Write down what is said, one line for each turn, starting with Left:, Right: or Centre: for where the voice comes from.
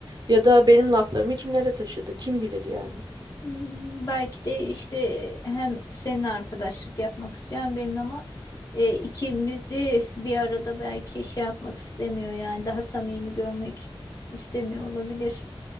Right: ya da benim laflarımı kimlere taşıdı kim bilir yani.
Left: hmm, belki de işte hem seninle arkadaşlık yapmak isteyen benim ama e, ikimizi bir arada belki şey yapmak istemiyor yani daha samimi görmek istemiyor olabilir.